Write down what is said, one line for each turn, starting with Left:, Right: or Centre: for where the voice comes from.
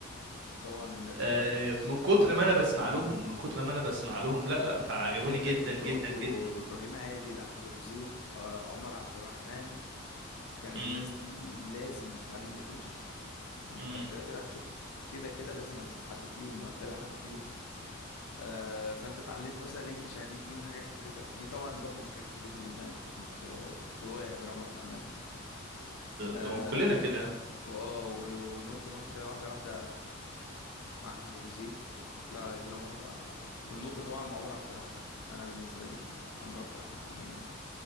Left: طبعا الناس
Right: آه،
Left: دي
Right: من كتر ما انا بسمع لهم من كتر ما انا بسمع لهم لا لا فعجبوني
Left: انت
Right: جدا
Left: كنت
Right: جدا
Left: برضو
Right: جدا
Left: ابراهيم عادل احمد ابو زيد آه، عمر عبد الرحمن كانت
Right: امم
Left: الناس دي لازم تتعلم انجليش انت
Right: امم
Left: كده كده هتشوفهم كده كده لازم هتشوف حد فيهم وهتتابع حد فيهم آه فانت اتعلمت مثلا الانجليش يعني دي, دي من الحاجات اللي فادتك دي طبعا برضو من الحاجات اللي فادتني جدا كنت آه، كنت ضايع جرامر بامانه اه
Right: ده كلنا كده
Left: وآه، ونقطه نقطه كده واحده واحده مع احمد ابو زيد لا لا الجرامر بقى والنطق طبعا مع عمر عبد الرحمن انا بالنسبه لي عمرو عبد الرحمن يعني